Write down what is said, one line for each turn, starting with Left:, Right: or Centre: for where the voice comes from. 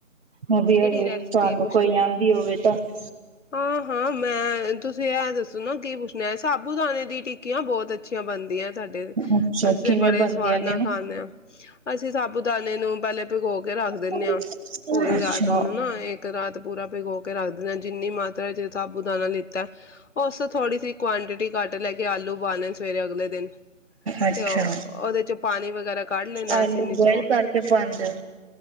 Right: ਵਧੀਆ
Left: ਕਿਹੜੀ
Right: ਜੀ
Left: ਰੈਸਪੀ
Right: ਤੁਹਾਨੂੰ ਕੋਈ ਆਦੀ ਹੋਵੇ ਤਾਂ <inaudible>
Left: ਹਾਂ ਹਾਂ ਮੈਂ ਤੁਸੀਂ ਇਹ ਦੱਸੋ ਨਾ ਕੀ ਪੁੱਛਣਾ। ਸਾਬੂਤ ਦਾਣੇ ਦੀ ਟਿੱਕੀਆਂ ਬਹੁਤ ਅੱਛੀ। ਅੱਛੀਆਂ ਬਣਦੀਆਂ। ਤੁਹਾਡੇ
Right: ਅੱਛਾ
Left: ਅਸੀਂ
Right: ਕਿਵੇਂ
Left: ਬੜੇ
Right: ਬਣਦੀਆਂ
Left: ਸਵਾਦ
Right: ਨੇ
Left: ਨਾਲ ਖਾਂਦੇ ਹਾਂ। ਅਸੀਂ ਸਾਬਤ ਦਾਣੇ ਨੂੰ ਪਹਿਲੇ ਭਿਗੋ ਕੇ ਰੱਖ ਦਿੰਦੇ
Right: ਉਹ?
Left: ਹਾਂ ਪੂਰੀ
Right: ਅੱਛਾ
Left: ਰਾਤ ਉਹਨੂੰ ਨਾ ਇੱਕ ਰਾਤ ਪੂਰਾ ਭਿਗੋ ਕੇ ਰੱਖ ਦਿੰਦੇ। ਸਾਬੁਤ ਦਾਨਾ ਨੀ ਉਸ ਤੋਂ ਥੋੜੀ ਸੀ ਕੁਆਂਟਿਟੀ ਘੱਟ ਲੈ ਕੇ ਆਲੂ ਉਬਾਲ ਨੇ ਸਵੇਰੇ ਅਗਲੇ ਦਿਨ
Right: ਅੱਛਾ
Left: ਤੇ ਉਹਦੇ ਚੋਂ ਪਾਣੀ ਵਗੈਰਾ ਕੱਢ ਲੈਣਾ
Right: ਆਲੂ
Left: ਅਸੀਂ ਨੀਚੋਂ
Right: ਬੋਇਲ ਕਰਕੇ ਪਾਦੇ ਓ।